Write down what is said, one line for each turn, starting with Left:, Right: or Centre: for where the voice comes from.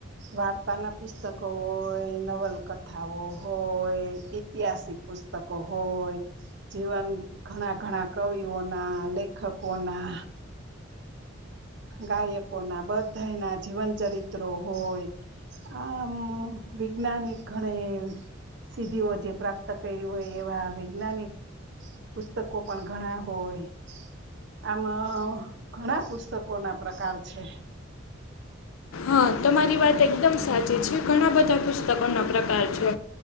Right: વાર્તા ના પુસ્તકો હોય, નવલકથાઓ હોય, ઐતિહાસિક પુસ્તકો હોય, જીવન ઘણા ઘણા કવિઓના લેખકોના ગાયકો ના બધાઈ ના જીવન ચરિત્રો હોય, આમ વૈજ્ઞાનિક ઘણે સિદ્ધિઓ જે પ્રાપ્ત કરી હોય, એવા વૈજ્ઞાનિક પુસ્તકો પણ ઘણા હોય આમ. ઘણા પુસ્તકો ના પ્રકાર છે.
Left: હા, તમારી વાત એકદમ સાચી છે. ઘણા બધા પુસ્તકોના પ્રકાર છે,